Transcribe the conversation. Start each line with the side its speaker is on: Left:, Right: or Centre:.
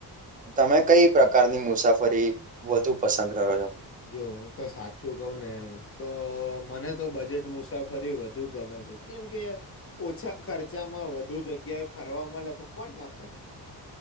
Right: તમે કઈ પ્રકારની મુસાફરી વધુ પસંદ કરો છો?
Left: જો હું તો સાચું કઉ ને તો મને તો બજેટ મુસાફરી વધુ ગમે છે કેમ કે ઓછા ખર્ચામાં વધુ જગ્યાએ ફરવા મળે તો કોણ ના ફરે?